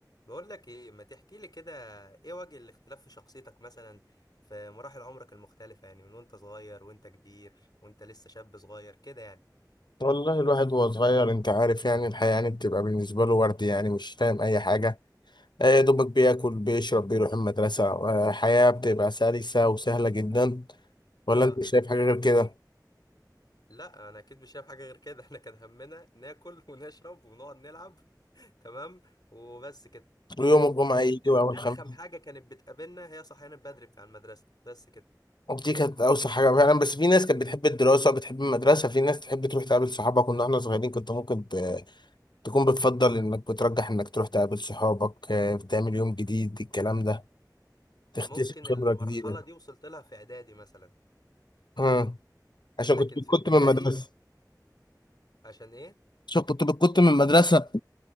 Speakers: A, on the left; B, on the left.
A: بقول لك ايه ما تحكي لي كده ايه وجه الاختلاف في شخصيتك مثلا في مراحل عمرك المختلفة يعني من وانت صغير وانت كبير وانت لسه شاب صغير كده يعني
B: والله الواحد وهو صغير انت عارف يعني الحياة يعني بتبقى بالنسبة له ورد يعني مش فاهم أي حاجة آه، يا دوبك بياكل بيشرب بيروح المدرسة آه، حياة بتبقى سلسة وسهلة جدا ولا
A: اه
B: انت شايف حاجة غير كده؟
A: لا انا اكيد مش شايف حاجة غير كده <laughs> احنا كان همنا ناكل ونشرب ونقعد نلعب <laughs> تمام وبس كده
B: ويوم الجمعة
A: يعني
B: يجي وأول
A: يمكن
B: الخميس
A: ارخم حاجة كانت بتقابلنا هي صحيان بدري بتاع المدرسة بس كده
B: ودي كانت أوسع حاجة فعلا بس في ناس كانت بتحب الدراسة بتحب المدرسة في ناس تحب تروح تقابل صحابك كنا احنا صغيرين كنت ممكن ت- تكون بتفضل إنك بترجح إنك تروح تقابل صحابك آه، بتعمل يوم جديد الكلام ده تكتسب
A: ممكن
B: خبرة
A: المرحلة
B: جديدة
A: دي وصلت لها في اعدادي مثلا
B: مم. عشان
A: لكن
B: كنت
A: في
B: كنت
A: ابتدائي
B: من المدرسة
A: عشان ايه
B: عشان كنت كنت من المدرسة